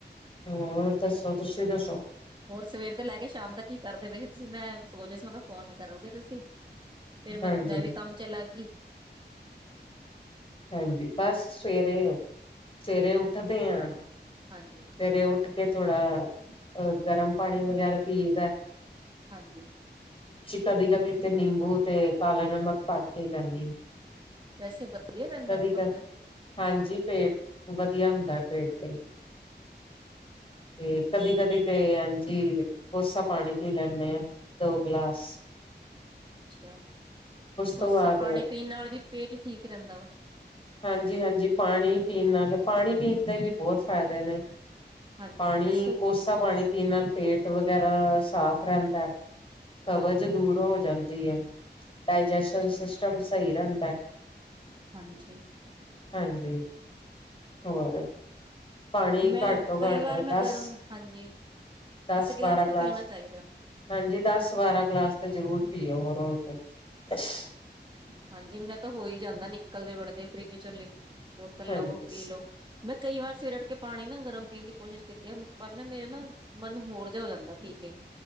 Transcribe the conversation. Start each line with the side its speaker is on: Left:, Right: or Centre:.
Left: ਹੋਰ ਦੱਸੋ ਤੁਸੀਂ ਦੱਸੋ
Right: ਹੋਰ ਸਵੇਰ ਤੋਂ ਲੈ ਕੇ ਸ਼ਾਮ ਦਾ ਕੀ ਕਰਦੇ ਬ ਤੁਸੀਂ ਮੈਂ ਸਲ ਵਜੇ ਮ ਫ਼ੋਨ ਨ ਕਰੋਗੇ ਤੁਸੀਂ ਫਿਰ ਮੈਂ
Left: ਹਾਂਜੀ-ਹਾਂਜੀ
Right: ਮੈਂ ਵੀ ਕੰਮ ਚ' ਲੱਗ ਗੀ
Left: ਹਾਂਜੀ ਬਸ ਸਵੇਰੇ ਸਵੇਰੇ ਉੱਠਦੇ ਹਾਂ ਸਵੇਰੇ
Right: ਹਾਂਜੀ
Left: ਉੱਠ ਕੇ ਥੋੜ੍ਹਾ ਅਹ ਗਰਮ ਪਾਣੀ ਵਗੈਰਾ ਪੀਅ ਦਾ
Right: ਹਾਂਜੀ
Left: ਕਦੀ ਕਦੀ ਤੇ ਨਿੰਬੂ ਤੇ ਕਾਲਾ ਨਮਕ ਲੈਨੀ ਆ
Right: ਵੈਸੇ ਵਧੀਆ ਰਹਿੰਦਾ
Left: ਕਦੀ
Right: ਹੈ
Left: ਕਦੀ
Right: ਅੱਛਾ
Left: ਹਾਂਜੀ ਪੇਟ ਵਧ ਵਧੀਆ ਹੁੰਦਾ ਪੇਟ ਲਈ ਤੇ ਕਦੀ ਕਦੀ ਤੇ ਹਾਂਜੀ ਕੋਸਾ ਪਾਣੀ ਪੀ ਲੈਂਦੇ ਹਾਂ ਦੋ ਗਿਲਾਸ
Right: ਅੱਛਾ ਕੋਸਾ
Left: ਤੋਂ ਬਾਅਦ
Right: ਪਾਣੀ ਪੀਣ ਨਾਲ ਵੀ ਪੇਟ ਠੀਕ ਰਹਿੰਦਾ ਵਾ
Left: ਹਾਂਜੀ ਹਾਂਜੀ ਪਾਣੀ ਪੀਣ ਨਾਲ ਪਾਣੀ ਪੀਣ ਦੇ ਵੀ ਬਹੁਤ ਫ਼ਾਇਦੇ ਨੇ
Right: ਹਾਂਜੀ
Left: ਪਾਣੀ
Right: ਦੱਸੋ
Left: ਕੋਸਾ ਪਾਣੀ ਪੀਣ ਨਾਲ ਪੇਟ ਵਗੈਰਾ ਸਾਫ਼ ਰਹਿੰਦਾ ਕਬਜ਼
Right: ਹਾਂਜੀ
Left: ਦੂਰ ਹੋ ਜਾਂਦਾ ਜੀ ਹੈ ਡਾਇਜੈਸ਼ਨ
Right: ਅੱਛਾ
Left: ਸਿਸਟਮ ਸਹੀ ਰਹਿੰਦਾ।
Right: ਹਾਂਜੀ
Left: ਹਾਂਜੀ ਹੋਰ ਪਾਣੀ
Right: ਮੈਂ
Left: ਘੱਟ ਤੋਂ ਘੱਟ
Right: ਕਈ ਵਾਰ ਮੈਂ
Left: ਦਸ
Right: ਗਰਮ ਹਾਂਜੀ
Left: -ਦਸ ਬਾਰਾਂ
Right: ਗਿਲਾਸ ਤਾਂ
Left: ਗਲਾਸ
Right: ਪੀਣਾ ਚਾਹੀਦਾ
Left: ਹਾਂਜੀ ਦਸ -ਬਾਰਾਂ ਗਲਾਸ ਤਾਂ ਜ਼ਰੂਰ ਪੀਓ ਰੋਜ਼ ਦੇ- <unintelligible>
Right: ਹਾਂਜੀ, ਮੈਂ ਤਾਂ ਹੋ ਹੀ ਜਾਂਦਾ, ਨਿਕਲਦੇ ਵੜਦੇ ਫਰਿੱਜ ਚ ਲੇ। ਬੋਤਲ
Left: ਹਾਂਜੀ
Right: ਲਓ ਪੀ ਲਓ। ਮੈਂ ਕਈ ਵਾਰ ਸਵੇਰੇ ਉਠ ਕੇ ਪਾਣੀ ਨਾ ਗਰਮ ਪੀਣ ਦੀ ਕੋਸ਼ਿਸ਼ ਕੀਤੀ ਹੈ। ਪਰ ਨਾ ਮੇਰੇ ਨਾ ਮਨ ਹੋਰ ਜਿਹਾ ਹੋ ਜਾਂਦਾ, ਪੀ ਕੇ